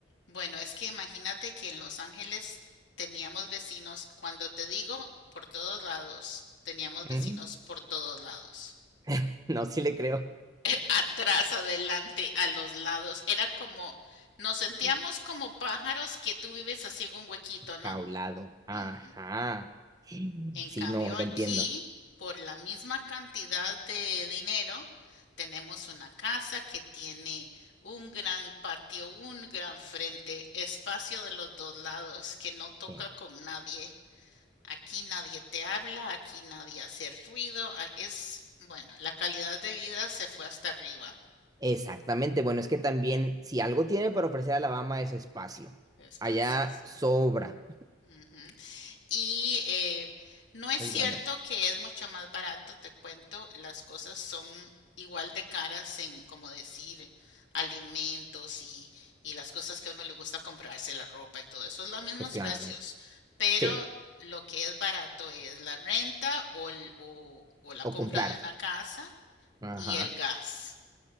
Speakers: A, on the left (about 70°); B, on the right (about 20°).
A: Bueno, es que imagínate que en Los Ángeles teníamos vecinos, cuando te digo por todos lados, teníamos vecinos
B: Ujú.
A: por todos lados.
B: <laughs> No, sí le creo.
A: <laughs> Atrás, adelante, a los lados. Era como, nos sentíamos
B: Sí,
A: como pájaros que tú vives así en un huequito, ¿no?
B: Jaulado. Ajá.
A: Ujú.
B: Sí,
A: En cambio
B: no, lo
A: aquí,
B: entiendo.
A: por la misma cantidad de dinero, tenemos una casa que tiene un gran patio, un gran frente, espacio de los dos lados que no toca
B: Sí.
A: con nadie. Aquí nadie te habla, aquí nadie hace ruido. Es, bueno, la calidad de vida se fue hasta arriba.
B: Exactamente. Bueno, es que también, si algo tiene para ofrecer Alabama es espacio.
A: Espacio,
B: Allá
A: sí.
B: sobra.
A: Ujú. Y eh, no es
B: Es
A: cierto
B: bueno eso.
A: que es mucho más barato, te cuento, las cosas son igual de caras en, como decir, alimentos y, y las cosas que a uno le gusta comprarse, la ropa y todo eso, es los mismos
B: Pues claro.
A: precios, pero
B: Sí.
A: lo que es barato es la renta o, el- o- o la compra
B: O comprar.
A: de una casa
B: Ajá.
A: y el gas.